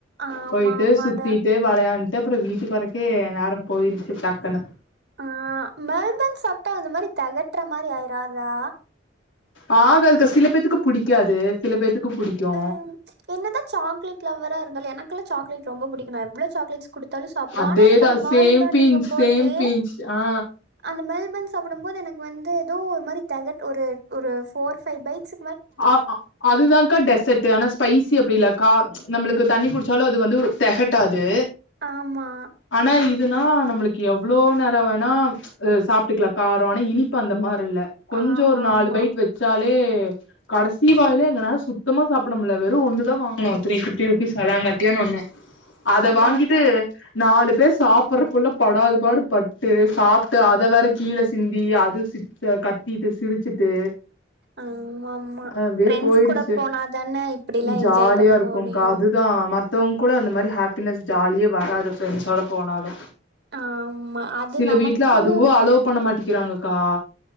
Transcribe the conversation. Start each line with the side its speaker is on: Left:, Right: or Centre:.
Right: ஆமா
Left: போய்ட்டு
Right: ஆமாடா
Left: சுத்திட்டு வளையாண்டு அப்புறோ வீட்டுக்கு வறக்கே நேரோ போயிருச்சு டக்குன்னு
Right: ஆ மெல்பன் சாப்டா அந்த மாரி தெகட்ற மாரி ஆயிராதா
Left: ஆகாதுக்கா சில பேத்துக்கு புடிக்காது சில பேத்க்கு புடிக்கோ
Right: ம் என்னதா சாக்லேட் லவரா இருதாலு எனக் கெல்லா சாக்லேட் ரொம்ப புடிக்கு நா எவ்ளோ சாக்லேட் கொடு த்தாலு சாப்டுவ
Left: அதேதா
Right: ஆனா எனக்கு அந்த மெல்பன்
Left: சேம் பிஞ்ச்
Right: ணுங்கம் போது
Left: சேம் பிஞ்ச் ஆ
Right: அந்த மெல்பன் சாப்படம் போது எனக்கு வந்து ஏதோ ஒரு மாரி தெகட் ஒரு ஒரு ஃபோர் ஃபைவ் பைட்ஸ்
Left: ஆமா அதுதா கா டெசர்ட்டு அனா ஸ்பைசி அப்டில்லக்கா நம்ளுக்கு தண்ணி குடிச்சாலு அது வந்து தெகட்டாது
Right: ஆமா
Left: ஆனா இதுனா நம்மளுக்கு எவ்ளோ நேரோ வேணா சாப்ட்டுக்குலா காரோ ஆனா இனி ப்பு அந்த மார் இல்ல கொஞ்சோ
Right: ஆமாமா.
Left: ஒரு நாலு பைட் வச்சாலே கடைசி வாயில எங்கனா சுத்தமா சாப்பிட முல்ல வெறு ஒன்னு தா வாங்கொணோ த்ரீ பிஃப்ட்டி ருபீஸ் சலாங்கட்டியான்னு ஒண்ணு
Right: <inaudible>
Left: அத வாங்கிட்டு
Right: அதான்.
Left: நாலு பேர் சாப்பறக்குள்ள படாதபாடு பட்டு சாப்ட்டு அத வேற கீழ சிந்தி அது கத்திட்டு சிரிச்சிட்டு
Right: ஆமாமா
Left: அப்டியே
Right: ஃப்ரெண்ட்ஸ்
Left: போயிடுச்சு
Right: கூட போனா தானே இப்படிலாம்
Left: ஜாலியா
Right: என்ஜாய் பண்ண
Left: இருக்கு
Right: முடியும்.
Left: கா அ தா மத்தவங் கூட அந்த மாரி ஹாப்பினஸ் ஜாலியே வராது ப்ரெண்ஸ் ஒட போனாலு
Right: ஆமா. அது
Left: சில
Right: நமக்குன்னு
Left: வீட்ல அதுவு அலோ பண்ண மாட் டிக்கிறாங்கக்கா